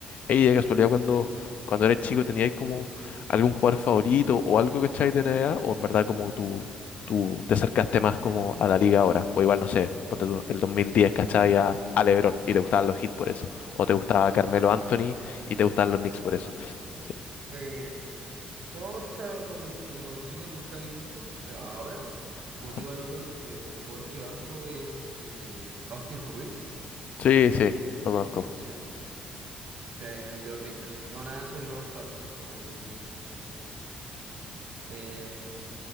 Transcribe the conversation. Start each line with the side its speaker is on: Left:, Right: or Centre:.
Left: Ey, de casualidad, cuando,
Right: <laughs>
Left: cuando eres chico, ¿tenías como algún jugador favorito o algo que echáis de NBA? ¿O en verdad como tú, tú te acercaste más como a la liga ahora? O igual, no sé, ponte tú, el 2010,
Right: Mm.
Left: ¿cachai? A, a LeBron y te gustaban los hits por eso. O te gustaba Carmelo Anthony y te gustaban los Knicks por eso. Sí,
Right: Eh, no, o sea, cuando, cuando chico nunca vi mucho, eh, ahora, y como
Left: Ajá.
Right: te digo, el otro eh, como jugador que banco es eh, Austin Reeves.
Left: sí, sí, lo conozco.
Right: Sí. De, de los Lakers. No, nada, eso lo banco harto. Como que, no sé. Eh, eh,